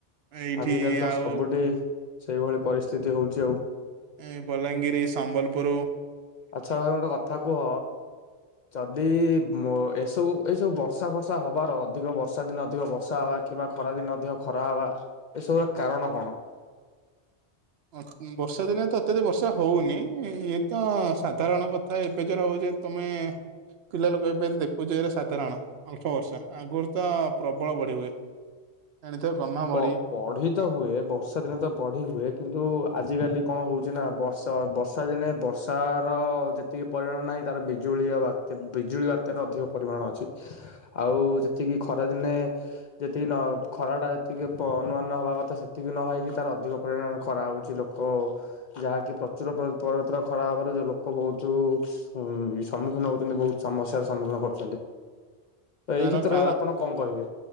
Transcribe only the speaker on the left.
ଆଜିକାଲି ତ
ସବୁଠି ସେଇଭଳି ପରିସ୍ଥିତି ହଉଛି ଆଉ।
ଆଛା, ଭାଇ ଗୋଁଟେ କଥା କୁହ ଯଦି-ଇ, ମୋ ଏସବୁ ଏସବୁ ବର୍ଷା ଫର୍ଷା ହବାର ଅଧିକ ବର୍ଷା ଦିନ ଅଧିକ ବର୍ଷା ହବା କିମ୍ବା ଖରାଦିନ ଅଧିକ ଖରା ହବା ଏସବୁର କାରଣ କଣ?
ବ
ବଢି ତ ହୁଏ, ବର୍ଷା ଦିନ ତ ବଢି ହୁଏ। କିନ୍ତୁ ଆଜିିକାଲି କଣ ହଉଛି, ନା ବର୍ଷ ଷ ବର୍ଷା ଦିନେ, ବର୍ଷାର-ଅ ଯେତିକି ପରିଣ ନାହିଁ, ତାର ବିଜୁଳି ବାତ୍ ବିଜୁଳି, ବାତ୍ୟାର ଅଧିକ ପରିମାଣ ଅଛି। ଆଉ ଯେତିକି ଖରା ଦିନେ, ଯେତିକି ନ ଖରା ଟା ଟିକେ ପଅନୁମାନ ହବା କଥା, ସେତିକି ନହେଇକି ତାର ଅଧିକ ପରିଣାମ ଖରାହଉଛି। ଲୋକ ଯାହାକି ପ୍ରଚୁର ପ ପରିବର୍ତନ ଖରାହେବାରୁ, ଯଉ ଲୋକ ବହୁତୁ ଉଁ ସମ୍ମୁଖୀନ ହଉଛନ୍ତି, ବହୁତ ସମସ୍ୟାର ସମ୍ମୁଖୀନ କରୁଛନ୍ତି। ଏଇ
କ୍ଷେତ୍ରରେ
ଆପଣ କଣ କହିବେ?